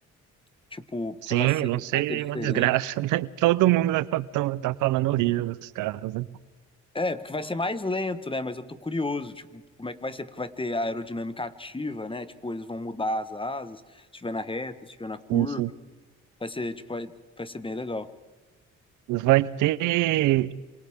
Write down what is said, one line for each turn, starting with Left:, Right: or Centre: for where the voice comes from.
Left: Tipo, porque
Right: Sim,
Left: vai ser,
Right: não sei,
Left: vai ser diferente.
Right: é uma desgraça, <laughs> né? Todo mundo vai fa- tão- tá falando horrível dos carros. né?
Left: É, porque vai ser mais lento, né? Mas eu tô curioso, tipo, como é que vai ser? Porque vai ter a aerodinâmica ativa, né? Tipo, eles vão mudar as asas, se estiver na reta, se estiver na curva.
Right: Isso.
Left: Vai ser, tipo, vai, vai ser bem legal.
Right: Vai ter.